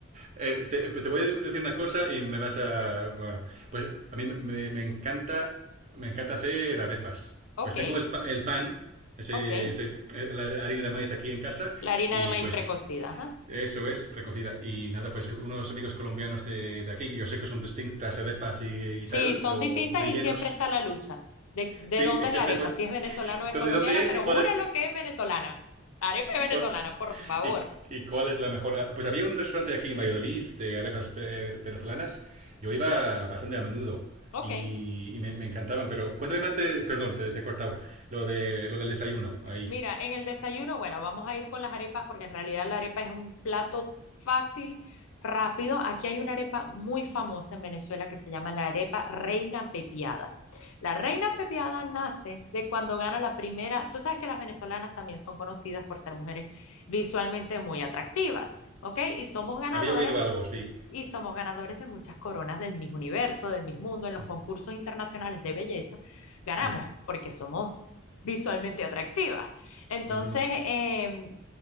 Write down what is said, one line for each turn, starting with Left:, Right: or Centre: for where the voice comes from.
Right: Eh, te, te voy a decir una cosa y me vas a... Bueno, pues a mí me, me encanta, me encanta hacer arepas.
Left: Ok,
Right: Pues tengo el, pa- el pan, ese,
Left: ok.
Right: ese- eh, la harina de maíz aquí en casa
Left: La harina
Right: y
Left: de maíz
Right: pues
Left: precocida, ajá.
Right: Eso es, precocida. Y nada, pues unos amigos colombianos de, de aquí, que yo sé que son distintas arepas y,
Left: Sí,
Right: y tal,
Left: son
Right: o
Left: distintas
Right: rellenos.
Left: y siempre está la lucha. ¿De, de
Right: Sí,
Left: dónde
Right: y siempre
Left: es la arepa?
Right: pues,
Left: Si es venezolana
Right: <laughs>
Left: o
Right: ¿dónde,
Left: es colombiana,
Right: dónde es
Left: pero
Right: y cuál
Left: júralo
Right: es?
Left: que es venezolana. Arepa es
Right: Y
Left: venezolana,
Right: cuál,
Left: por favor.
Right: y, y cuál es la mejor? Ah, Pues había un restaurante aquí en Valladolid de arepas ve- venezolanas. Yo iba bastante a menudo
Left: Ok.
Right: y, y me, me encantaban, pero cuéntame más de, perdón, te, te he cortado, lo, de, lo del desayuno ahí.
Left: Mira, en el desayuno, bueno, vamos a ir con las arepas porque en realidad la arepa es un plato fácil, rápido. Aquí hay una arepa muy famosa en Venezuela que se llama la arepa Reina Pepiada. La Reina Pepiada nace de cuando gana la primera, tú sabes que las venezolanas también son conocidas por ser mujeres visualmente muy atractivas, ¿ok? Y somos ganadores
Right: Había oído algo, sí.
Left: y somos ganadores de muchas coronas del mismo universo, del mismo mundo, en los
Right: Mm,
Left: concursos internacionales de belleza, ganamos
Right: mm,
Left: porque somos visualmente atractivas. Entonces,
Right: mhm,
Left: eh,